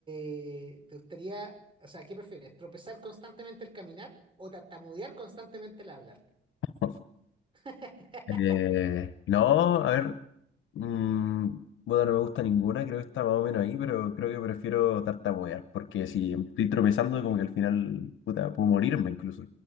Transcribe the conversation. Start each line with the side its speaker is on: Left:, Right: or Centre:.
Right: eh, te gustaría, o sea, ¿qué prefieres? ¿Tropezar constantemente al caminar o tartamudear constantemente al hablar?
Left: <laughs>
Right: <laughs>
Left: Eh, no, a ver, mm, bueno, no me gusta ninguna, creo que está más o menos ahí, pero creo que prefiero tartamudear, porque si estoy tropezando, como que al final, puta, puedo morirme incluso.